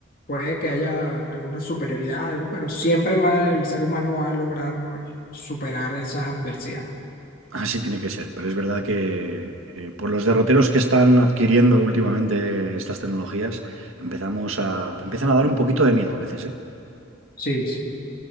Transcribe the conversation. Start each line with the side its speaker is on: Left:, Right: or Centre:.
Left: puede que haya alguna superioridad, algo, pero siempre va, el ser humano va a lograr superar esas adversidades.
Right: Así tiene que ser, pero es verdad que eh, por los derroteros que están adquiriendo últimamente estas tecnologías, empezamos a, empiezan a dar un poquito de miedo a veces, ¿eh?
Left: Sí, sí.